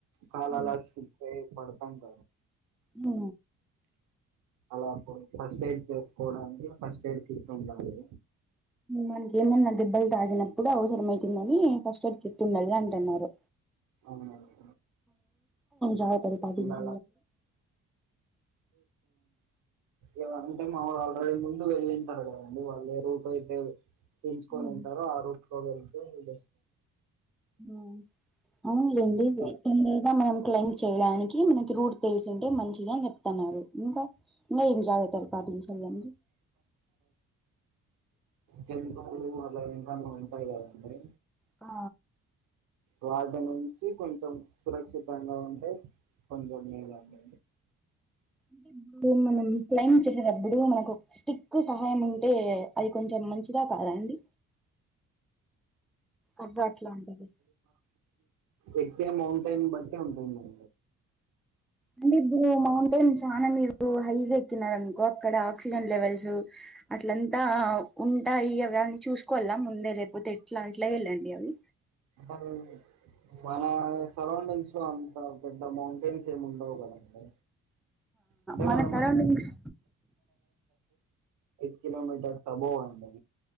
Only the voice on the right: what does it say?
కాాలలాస్
పడతాంంట
అలా ఫస్ట్ ఎయిడ్ చేసుకోవడానికి ఫస్ట్ ఎయిడ్ తిట్ ఉండాలి
అవునండి
అండ్ ఎవరంటే మామరు ఆల్రెడీ ముందు వెళ్ళింటారు కదండి వాళ్ళు ఏ రూట్ అయితే పెంచుకొని
ఉంటారు ఆ రూట్ లో గురించి అడి
ఇంకా
తెంప వాలా ఏంటన్నా ఉంటాయి కదండి
వాటి నుంచి కొంచెం సురక్షితంగా ఉంటే కొంద లేవడి
ఎక్తే మౌంటైనింగ్ బట్టి ఉంటు మ
అ మన సరౌండింగ్స్ అంత పెద్ద మౌంటైన్స్ ఏమి ఉండవు కదండి అంటే
మనం
కిలోమీటర్ సబో అడి